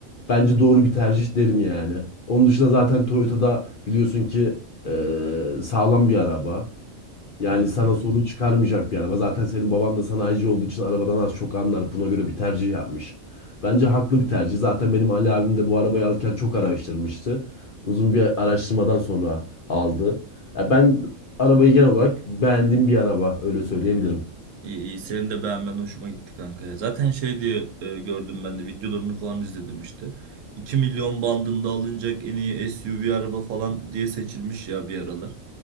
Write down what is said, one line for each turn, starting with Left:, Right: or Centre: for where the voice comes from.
Left: Bence
Right: Hı hı.
Left: doğru bir tercih derim yani. Onun dışında zaten Toyota'da biliyorsun ki eee, sağlam bir araba. Yani
Right: Evet
Left: sana
Right: evet.
Left: sorun çıkarmayacak bir araba. Zaten senin baban da sanayici olduğu için arabadan az çok anlar. Buna göre bir tercih yapmış. Bence haklı bir tercih. Zaten benim Ali abim de bu arabayı alırken çok araştırmıştı. Uzun bir araştırmadan sonra aldı. Ya ben arabayı genel olarak beğendiğim bir araba öyle söyleyebilirim.
Right: İyi iyi senin de beğenmen hoşuma gitti kanka ya. Zaten şey diye e, gördüm ben de videolarını falan izledim işte. 2 milyon bandında alınacak en iyi SUV araba falan diye seçilmiş ya bir aralar.